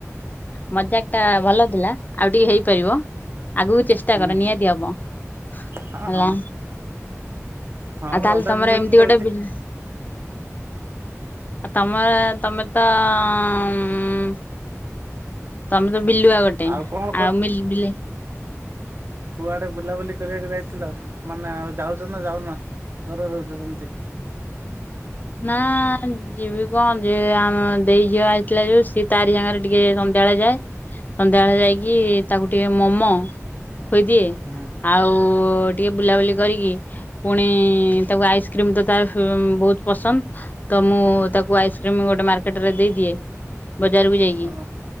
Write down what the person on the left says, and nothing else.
ମଜାକ୍ ଟା ଭଲ ଥିଲା ଆଉ ଟିକେ ହେଇପାରିବ। ଆଗକୁ ଚେଷ୍ଟା
କର
ନିହାତି ହବ ହେଲା।
ଆ
ତାହେଲେ
ତମର
ଏମିତି ଗୋଟେ
ବିଲ ଆ ତମର ତମେ ତ ଉମ୍ ତମେ ତ ବିଲୁଆ ଗୋଟେ
ଆଉ ମିଲ୍‌ ବିଲ୍‌
ନା ଯିବି କଣ ଯେ ଆମ ଦେଇ ଝିଅ ଆଇଥିଲା ଯୋଉ ସିଏ ତାରି ସାଙ୍ଗରେ ଟିକେ ସନ୍ଧ୍ୟା ବଳେ ଯାଏ ସନ୍ଧ୍ୟା ବଳେ ଯାଇକି ତାକୁ ଟିକେ ମୋମ ଖୋଇଦିଏ
ଆଉ ଟିକେ ବୁଲାବୁଲି କରିକି ପୁଣି ତାକୁ ଆଇସକ୍ରିମ ତାର ଫେ ବହୁତ ପସନ୍ଦ। ତ ମୁଁ ତାକୁ ଆଇସ୍କ୍ରିମ ଗୋଟେ ମାର୍କେଟରେ ଦେଇଦିଏ। ବି ଯାଇକି